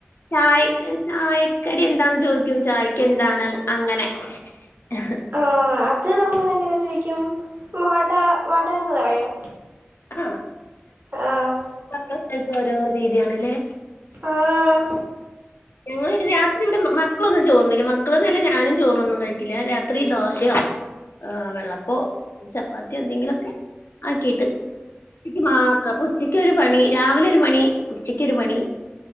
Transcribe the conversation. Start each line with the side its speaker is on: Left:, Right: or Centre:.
Left: ചായ ചായക്കടി എന്താന്ന് ചോദിക്കും ചായക്ക് എന്താണ് അങ്ങനെ ആഹ്
Right: ആഹ് അത് നമ്മൾ എങ്ങനെ ചോദിക്കും വട വടന്ന് പറയും
Left: ആഹ്
Right: ആഹ്
Left: ഓരോരുത്തർക്കും ഓരോ രീതിയണല്ലേ
Right: ആഹ്
Left: ഞങ്ങള് രാത്രി ഇവിടെ മക്കളൊന്നും ചോറുണ്ണില്ല മക്കളൊന്നും അല്ല ഞാനും ചോറൊന്നും കഴിക്കില്ല രാത്രി ദോശയോ ആഹ് വെള്ളപ്പോ ചപ്പാത്തിയോ എന്തെങ്കിലൊക്കേ ആഹ് കെട്ട് നിക്ക് മാത്ര പൊ ഉച്ചക്ക് ഒരു പണി രാവിലെ ഒരു മണി ഉച്ചക്കൊരു മണി